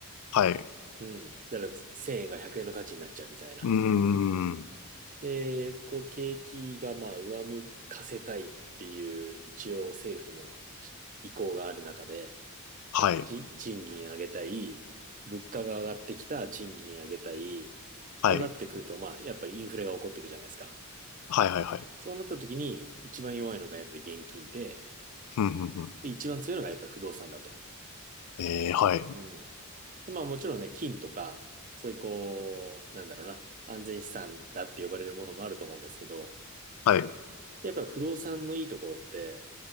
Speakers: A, on the left; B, on the right.
A: はい、
B: うん。例えば1000円が100円の価値になっちゃうみたいな。
A: うーん、
B: で、これ景気がまあ上向かせたいっていう一応政府の意向がある中で、
A: はい、
B: ち賃金上げたい、物価が上がってきたら賃金上げたい、
A: はい、
B: そうなってくると、まあ、やっぱりインフレが起こっていくじゃないですか。
A: はい、はい、はい、
B: そうなった時に、一番弱いのがやっぱり現金で、
A: うん、うん、うん。
B: で一番強いのがやっぱり不動産だと。
A: ええはい、
B: うん。でまあもちろんね、金とか、そういうこう、なんだろうな、安全資産だって呼ばれるものもあると思うんですけど、
A: はい、
B: やっぱり不動産のいいところって、